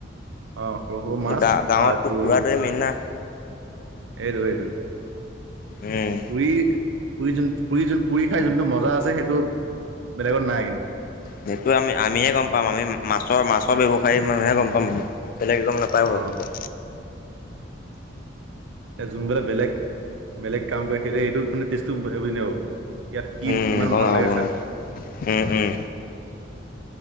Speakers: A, on the right; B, on the left.
A: অ সৰু সৰু মাছ
B: গা গাঁৱততো
A: অহ তোৰ।
B: পুৰাটোৱে মেইন না
A: এইটো এইটো।
B: উম
A: পুৰি পুৰি যোন পুৰি পুৰি খাই যোনটো মজা আছে সেইটো। বেলেগত নাই।
B: সেইটো আমি আমিহে গম পাম আমি মাছৰ মাছৰ ব্যৱসায় মানুহে গম পাম। বেলেকে গম নাপায় ভপকৈ।
A: অ এ যোনবলে বেলেগ বেলেগ কাম কৰে সেইটো সেইটো মানে। ত বুজাব নোৱাৰি ইয়াত কি
B: উম
A: কিমান
B: গম
A: ভাল
B: নাপাব
A: লাগে
B: গম
A: খাই।
B: নাপাব
A: <unintelligible>
B: উম উম